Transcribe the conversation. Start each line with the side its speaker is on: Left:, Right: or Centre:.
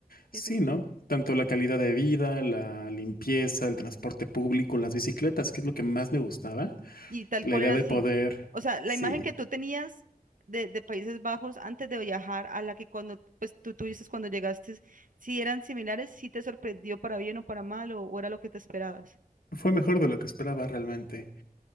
Left: Sí,
Right: que te
Left: ¿no? Tanto la calidad de vida, la limpieza, el transporte público, las bicicletas, que es lo que más me gustaba.
Right: y tal
Left: La
Right: cual
Left: idea
Right: era
Left: de
Right: así.
Left: poder,
Right: O sea, la
Left: sí,
Right: imagen que tú tenías de, de Países Bajos antes de viajar a la que cuando pues tú tuviste cuando llegaste, si eran similares, si te sorprendió para bien o para mal o, o era lo que te esperabas.
Left: fue mejor de lo que esperaba realmente.